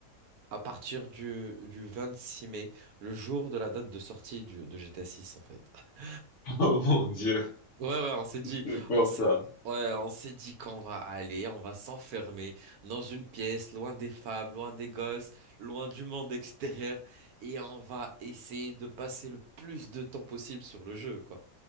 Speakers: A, on the right (about 70°); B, on the left (about 55°).
A: à partir du, du six mai, le jour de la date de sortie du- de GTA six en fait. <laughs>
B: <laughs> Oh mon Dieu,
A: Ouais, ouais, on s'est dit,
B: c'est pour
A: on s'est,
B: ça.
A: ouais, on s'est dit qu'on va aller, on va s'enfermer dans une pièce, loin des femmes, loin des gosses, loin du monde extérieur, et on va essayer de passer le plus de temps possible sur le jeu, quoi.